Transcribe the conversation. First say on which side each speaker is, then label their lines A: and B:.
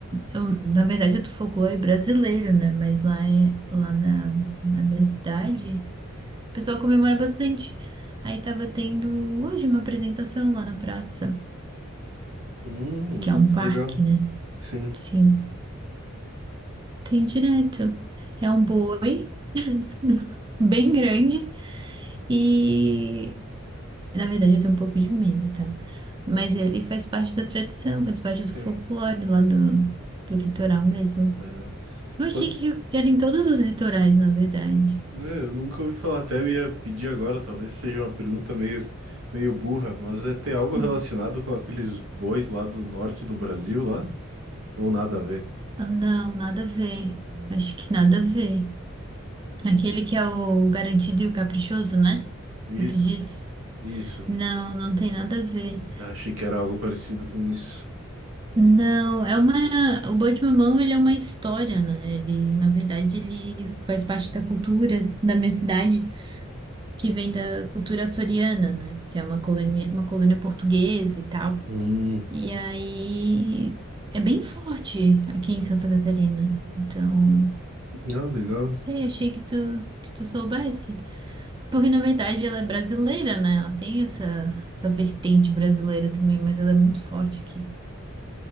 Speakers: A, on the right; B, on the right.
A: eu- Na verdade é do folclore brasileiro, né? Mas lá, é... lá na... na minha cidade, o pessoal comemora bastante. Aí tava tendo hoje uma apresentação lá na praça.
B: Hum,
A: que é
B: que
A: um parque,
B: legal.
A: né?
B: Sim,
A: Sim, tem direto. É um boi <laughs> bem grande e, na verdade, eu tenho um pouco de medo, tá? Mas ele faz parte da tradição, faz parte
B: sim.
A: do folclore lá do, do litoral mesmo.
B: É.
A: Eu achei
B: Pode...
A: que era em todos os litorais, na verdade.
B: né, eu nunca ouvi falar. Até eu ia pedir agora, talvez seja uma pergunta meio, meio burra, mas é ter algo
A: Hum.
B: relacionado com aqueles bois lá do norte do Brasil, lá? Ou nada a ver?
A: Ah, Não, nada a ver.
B: Hum.
A: Acho que nada a ver. Aquele que é o garantido e o caprichoso, né?
B: Isso,
A: Que tu diz?
B: isso.
A: Não, não tem nada a ver.
B: Achei que era algo parecido com isso.
A: Não, é uma. O Boi de Mamão, ele é uma história, né? Ele, na verdade, ele faz parte da cultura da minha cidade, que vem da cultura açoriana, né? Que é uma colônia, uma colônia portuguesa e tal.
B: Hum,
A: E aí é bem forte aqui em Santa Catarina. Então, não
B: ah, legal.
A: sei, achei que tu, que tu soubesse. Porque, na verdade, ela é brasileira, né? Ela tem essa, essa vertente brasileira também, mas ela é muito forte aqui.